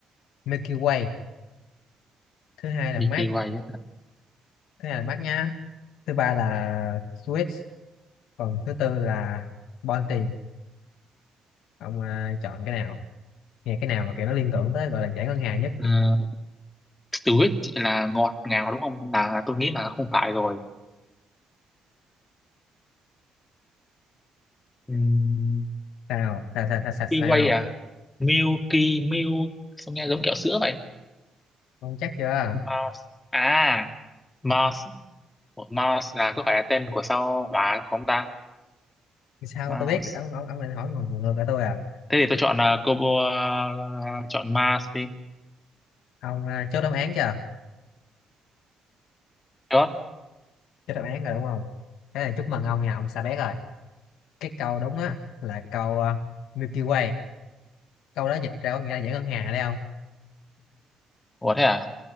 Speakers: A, on the left; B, on the left.
A: Milky Way thứ hai là
B: Milky
A: Mars
B: Way á.
A: thứ hai là Mars nha thứ ba là Swiss còn thứ tư là Bounty ông à, chọn cái nào nghe cái nào mà kiểu nó liên tưởng tới gọi là giải ngân hàng nhất
B: Ờ, Sweet là ngọt ngào đúng không là tôi nghĩ là không phải rồi Ừm,
A: sao sao sao sao sao, sao?
B: Milky Way à Milky Milk sao nghe giống kẹo sữa vậy
A: ông chắc chưa
B: Mars à Mars Ủa, Mars là có phải là tên của sao hỏa không ta
A: sao
B: Mars
A: tôi biết ông ông ông định hỏi ngược ngược lại tôi à
B: thế thì tôi chọn uh, combo ờ, chọn Mars đi
A: ông à, chốt đáp án chưa
B: God
A: Cho đáp án rồi đúng không? Thế là chúc mừng ông nha, ông Sa Bét rồi. Cái câu đúng á là câu ờ, Milky Way. Câu đó dịch ra có nghĩa là dãy ngân hàng ở đây không?
B: ủa thế à